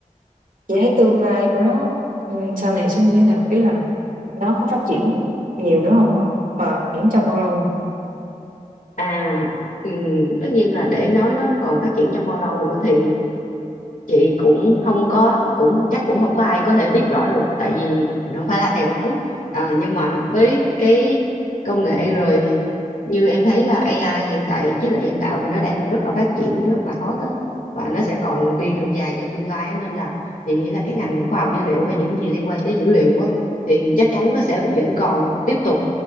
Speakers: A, on the right; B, on the left.
A: chị thấy tương lai của nó ừ, sau này sẽ như thế nào ý là nó có phát triển nhiều nữa không ạ? và triển trong bao lâu nữa
B: À, ừm, tất nhiên là để nói nó còn phát triển trong bao lâu nữa thì chị cũng không có cũng chắc cũng không có ai có thể biết rõ được tại vì mình không phải là thầy bói à, nhưng mà với cái công nghệ
A: Ừ.
B: rồi như em thấy là AI hiện tại trí tuệ nhân tạo thì nó đang rất là phát triển rất là hot á và nó sẽ còn đi đường dài trong tương lai á. nên là chị nghĩ là cái ngành khoa học dữ liệu hay những gì liên quan tới dữ liệu á thì chắc chắn nó sẽ vẫn còn tiếp tục